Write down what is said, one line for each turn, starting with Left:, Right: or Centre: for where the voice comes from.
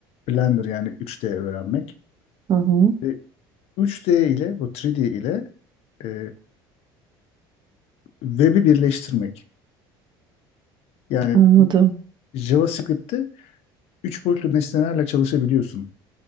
Left: Blender yani üç d öğrenmek
Right: Hı hı.
Left: ve üç d ile bu 3D ile e, web'i birleştirmek. Yani
Right: Anladım.
Left: JavaScript'te üç boyutlu nesnelerle çalışabiliyorsun.